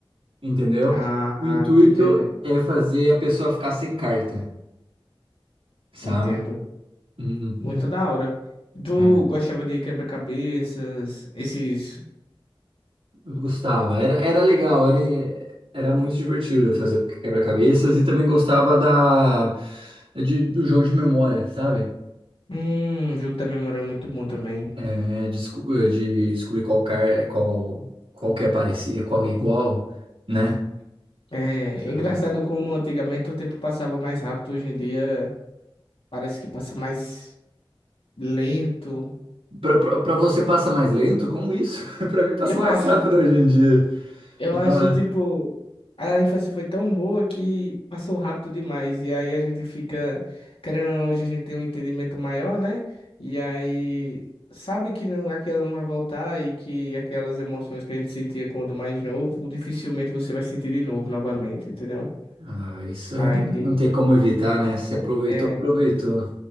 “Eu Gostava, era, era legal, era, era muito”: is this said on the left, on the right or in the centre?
Right